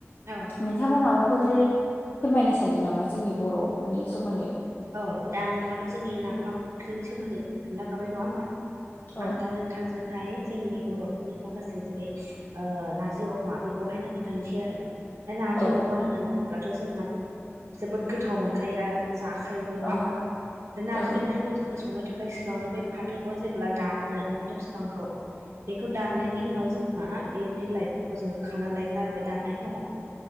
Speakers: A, on the right; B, on the left.
A: औ
B: नोंथाङा माबाफोर फोरमायनो सानदों नामा जोंनि बर' फोरनि सोमोन्दै
A: औ दा नोंथाङाथ' जोंनि नाफाम ओंख्रिनि सोमोन्दै खोन्थाखाबाय नङा होमबा
B: औ
A: आं दा नों थांजोंहाय जोंनि बर'फोरनि माखासे जेरै ओ नार्जि अमा बेखौहायनो खोन्थानोसै आरो दा नारजि
B: औ
A: अमा होननानै बुङोब्लाथ' जोंहा जोबोद गोथाव मोनखायो आरो जों जा खायोबो नङा
B: औ
A: होमबा नारजि
B: औ
A: ओंख्रि खौ जोङो संनो थाखाय सिगाङावनो बे फाथोखौ जेब्ला दानगोन फाथो बिफांखौ बेखौ दाननायनि उनाव जोंहा बे बिलाइफोरखौ जोङो खानानै लायगोन आरो बे दाननाय समाव।